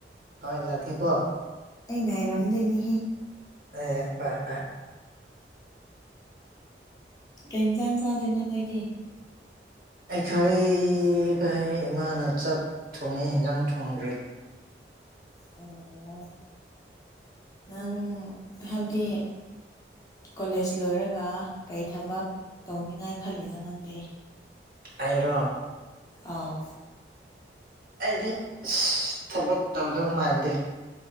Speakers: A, on the right; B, on the left.
A: ꯍꯣꯏ ꯂꯥꯛꯀꯦꯀꯣ
B: ꯑꯩ ꯉꯥꯏꯔꯝꯗꯣꯏꯅꯤꯍꯦ
A: ꯑꯦ ꯍꯣꯏ ꯍꯣꯏ
B: ꯀꯩꯏꯟꯖꯥꯡ ꯆꯗꯣꯏꯅꯣ ꯅꯣꯏꯗꯤ
A: ꯑꯩꯈꯣꯏ ꯈꯣꯏ ꯏꯃꯥꯅ ꯆꯥꯛ ꯊꯣꯡꯉꯤ ꯏꯟꯖꯥꯡ ꯊꯣꯡꯗ꯭ꯔꯤ
B: ꯑꯣ ꯅꯪ ꯍꯥꯏꯕꯗꯤ ꯀꯣꯂꯦꯖ ꯂꯣꯏꯔꯒ ꯀꯩ ꯊꯕꯛ ꯇꯧꯅꯤꯉꯥꯏ ꯈꯜꯂꯤꯅꯣ ꯅꯪꯗꯤ
A: ꯑꯩꯔꯣ
B: ꯑꯥꯎ
A: ꯑꯩꯗꯤ ꯑꯁ ꯊꯕꯛ ꯇꯧꯗꯧ ꯃꯥꯟꯗꯦ